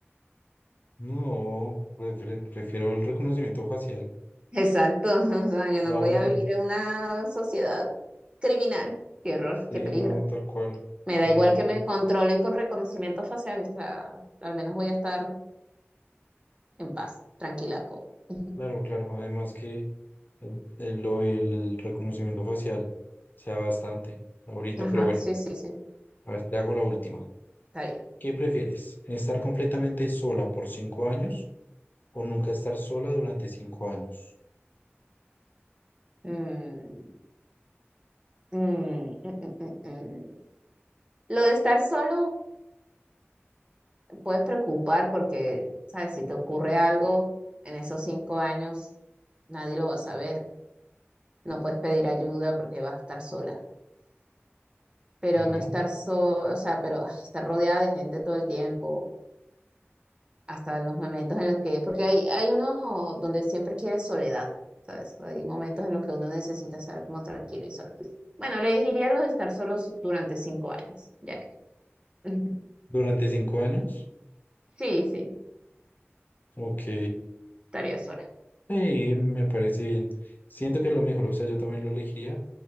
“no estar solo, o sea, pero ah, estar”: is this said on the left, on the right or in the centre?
Right